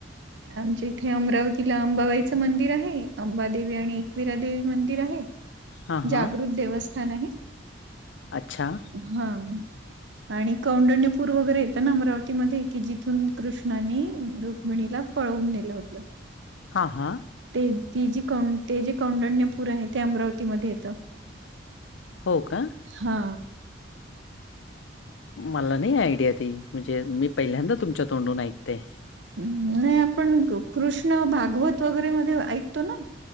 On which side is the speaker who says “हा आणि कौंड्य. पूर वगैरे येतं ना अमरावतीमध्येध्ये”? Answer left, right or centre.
Right